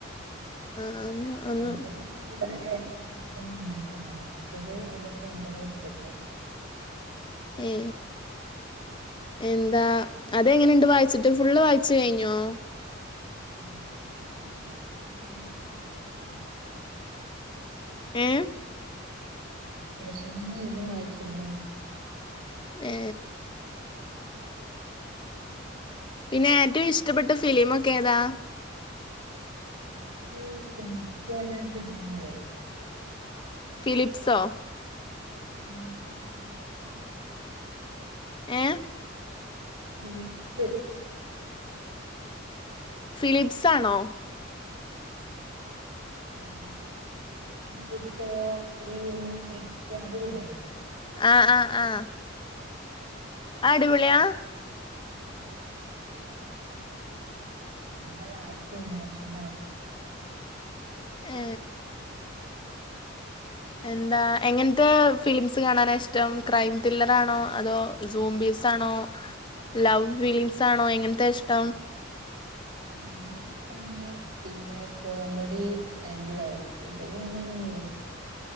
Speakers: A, on the left; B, on the right.
A: ആ ഒന്ന് ഒന്ന്
B: എന്റേൽ ഇപ്പള്ളത് ഇവിടെ മറ്റത് എന്റെ ഫ്രണ്ടിന് കൊടുത്തേക്കാ.
A: ഏ എന്താ അത് എങ്ങനെയുണ്ട് വായിച്ചിട്ട് ഫുള്ള് വായിച്ച് കഴിഞ്ഞോ?
B: ഉം അതൊക്കെ വെക്കേഷൻ തന്നെ വായിച്ചിരുന്നു.
A: ഏ
B: വെക്കേഷനിൽ തന്നെ വായിച്ചിരുന്നു.
A: ഏ
B: ആ
A: പിന്നെ ഏറ്റവും ഇഷ്ടപ്പെട്ട ഫിലീമൊക്കെ ഏതാ?
B: <unintelligible> ഫിലീമില്ലേ?
A: ഫിലിപ്സോ?
B: <inaudible>
A: ഏ
B: <unintelligible>
A: ഫിലിപ്സാണോ?
B: <unintelligible> അതല്ലേ
A: അ അ അ ആ അടിപൊള്യാ?
B: ണ്ടാ ലാസ്റ്റ് ഇമോഷ്ണലാവും
A: ഏ
B: <inaudible>
A: എന്താ എങ്ങൻത്തെ ഫിലിമ്സ് കാണാന ഇഷ്ടം ക്രൈം തില്ലറാണോ അതോ ജൂംബീസാൺ ണോ ലൗ ഫിലിമ്സാണോ എങ്ങൻത്താ ഇഷ്ടം? <inaudible>
B: ഞാനും ഇഷ്ടാണ് പിന്നെ കോമഡി ആൻഡ് ലൗ ഇത് മൂന്നാണ് മെയ്ൻ